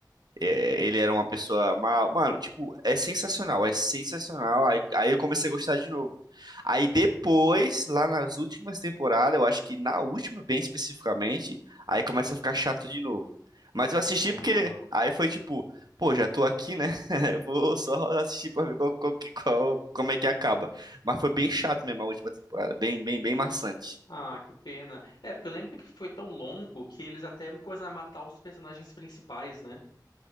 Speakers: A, on the right; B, on the left.
A: é, ele era uma pessoa mal. Mano, tipo, é sensacional, é sensacional. Aí, aí eu comecei a gostar de novo. Aí depois, lá nas últimas temporadas, eu acho que na última, bem especificamente, aí começa a ficar chato de novo. Mas eu assisti
B: Ah,
A: porque aí foi tipo, pô, já tô aqui, né? <laughs> Vou só assistir pra ver qual, qual- qual- como é que acaba. Mas foi bem chato mesmo a última temporada, bem, bem, bem maçante.
B: ah, que pena. É, porque eu lembro que foi tão longo que eles até me coisa matar os personagens principais, né?